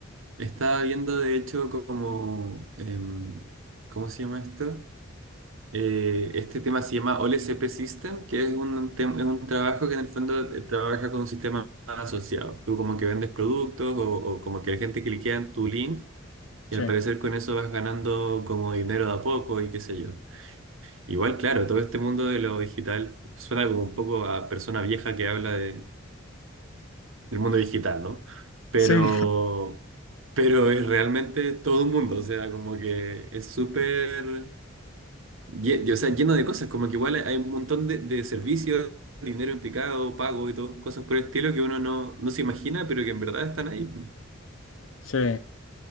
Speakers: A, on the right (about 80°); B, on the left (about 85°).
A: Estaba viendo, de hecho, como, em, ¿cómo se llama esto? Eh, este tema se llama OLSP System, que es un, tem- es un trabajo que en el fondo eh, trabaja con un sistema asociado. Tú como que vendes productos o, o como que la gente cliquea en tu link
B: Sí,
A: y al parecer con eso vas ganando como dinero de a poco y qué sé yo. Igual, claro, todo este mundo de lo digital suena como un poco a persona vieja que habla de, el mundo digital, ¿no? Pero,
B: sí, <laughs>
A: pero es realmente todo un mundo, o sea, como que es súper, lle- o sea, lleno de cosas, como que igual hay un montón de, de servicios, dinero implicado, pago y todo, cosas por el estilo que uno no, no se imagina, pero que en verdad están ahí. pues.
B: sí,